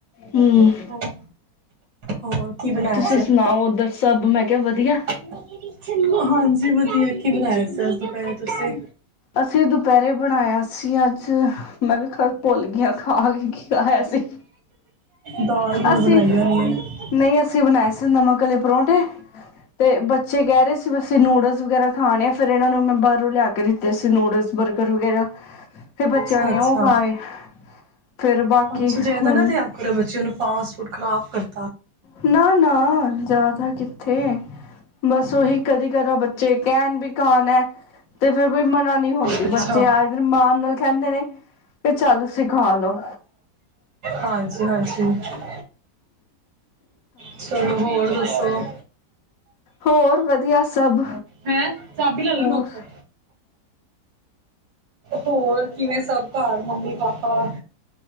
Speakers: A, on the left (about 55°); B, on the right (about 85°).
A: ਹਮ,,,,,,,
B: ਹੋਰ, ਹੋਰ ਕੀ ਬਣਾਇਆ
A: ਤੁਸੀਂ ਸੁਣਾਓ ਉੱਧਰ ਸਭ ਮੈਂ, ਵਧੀਆ
B: <unintelligible> ਜੀ ਵਧੀਆ ਕੀ ਬਣਾਇਆ ਸੀ ਦੁਪਹਿਰੇ ਤੁਸੀਂ?
A: ਅਸੀਂ ਦੁਪਹਿਰੇ ਬਣਾਇਆ ਸੀ ਅੱਜ ਮੈਂ ਵੀ ਖਾ ਕੇ ਭੁੱਲ ਗਈ ਖਾ ਕੇ ਕੀ ਖਾਯਾ ਸੀ,,,,,
B: ਦਾਲ ਦੂਲ
A: ਅਸੀਂ
B: ਬਣਾਈ ਹੋਣੀ ਹੈ
A: ਨਹੀਂ ਅਸੀਂ ਬਣਾਇਆ, ਨਮਕ, ਕਲੇ ਪਰੌਂਠੇ,,,, ਤੇ ਬੱਚੇ, ਬੱਚੇ ਕਹਿ ਰਹੇ ਸੀ ਅਸੀਂ ਨੂਡਲ ਵਗੈਰਾ ਖਾਣੇ,, ਫ਼ਿਰ ਇਹਨਾਂ ਨੂੰ ਮੈਂ ਬਾਹਰੋਂ ਲਿਆ ਕੇ ਦਿੱਤੇ, ਸੀ ਨੂਡਲਸ ਬਰਗਰ ਵਗੈਰਾ,,,, ਫਿਰ ਬੱਚਿਆਂ
B: ਅੱਛਾ
A: ਨੇ
B: ਅੱਛਾ
A: ਉਹ ਖਾਏ, ਫਿਰ ਬਾਕੀ
B: ਅੱਛਾ ਜਾਇਦਾ
A: ਹੁਣ
B: ਨਾ ਦਿਆਂ ਕਰੋ ਬੱਚਿਆਂ ਨੂੰ, ਫਾਸਟ ਫੂਡ ਖਰਾਬ ਕਰਦੇ,
A: ਨਾ -ਨਾ ਜ਼ਿਆਦਾ ਕਿੱਥੇ? ਬਸ ਉਹੀ, ਕਦੀ ਕਦਾ ਬੱਚੇ ਕਹਿਣ ਵੀ ਖਾਣਾ ਹੈ, ਤੇ ਫੇਰ ਵੀ ਮਨਾ ਨਹੀ ਹੁੰਦੀ
B: ਅੱਛਾ
A: ਬੱਚੇ ਆ ਦਿਨ ਮਾਣ ਨਾਲ ਕਹਿੰਦੇ ਨੇ, ਵੀ ਚੱਲ ਖਾ ਲੋ
B: ਹਾਂਜੀ ਹਾਂਜੀ <inaudible> ਚਲੋ ਹੋਰ ਦੱਸੋ, <inaudible>
A: ਹੋਰ ਵਧੀਆ ਸਭ
B: ਹੈਂ, ਚਾਬੀ ਲੈ ਲੈਣਾ
A: ਹੋਰ
B: ਉਥੋਂ। ਹੋਰ ਕਿਵੇਂ ਸਭ ਘਰ? Mummy -papa?